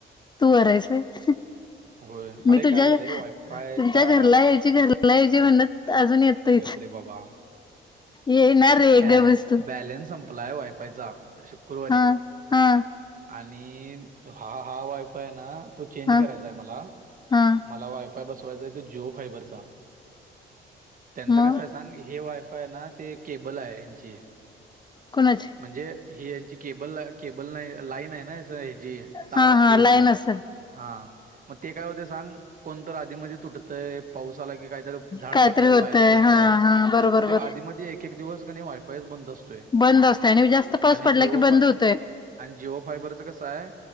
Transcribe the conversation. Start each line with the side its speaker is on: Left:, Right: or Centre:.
Left: तू वर हायस व्हय....
Right: होय अरे
Left: मी तुझ्या
Right: काय झालंय वायफायचा
Left: तुमच्या घरला याची घरला याची म्हणत अजून येतोय....
Right: गपरे बाबा...
Left: येणार रे
Right: काय
Left: गप बस तू
Right: बॅलन्स संपलाय वायफायचा शुक्रवारी....
Left: हा हा
Right: आणि हा हा वायफय आहे ना तो चेंज
Left: हा
Right: करायचा आहे मला
Left: हा
Right: मला वाय... फाय बसवायचाय त्यो जीओ फायबर चा. त्यांचं
Left: मग
Right: कस हाय सांग हे वाय... फाय ना ते केबल आहे ह्यांची...
Left: कोणाची....
Right: म्हणजे ही यांची केबल केबल नाही लाईन आहे ना हची तार
Left: हा
Right: आपली
Left: हा लाईन
Right: हची....
Left: असेल
Right: हा मग ते काय होते सांग कोणत आधीमध्ये तुटत... तय पाऊस आला की काहीतरी झाड
Left: कायतरी
Right: पडलं
Left: होतय
Right: वायर तुटत्या
Left: हा हा बरोबर
Right: मते
Left: बरोबर.
Right: आधी मधी... एक एक दिवस की नाही वायफायच बंद असतोय
Left: बंद असतय आणि जास्त पाऊस
Right: आणि
Left: पडला
Right: जीओ
Left: की बंद
Right: फा...
Left: होतोय
Right: आणि जिओ फायबरचं कसं हाय....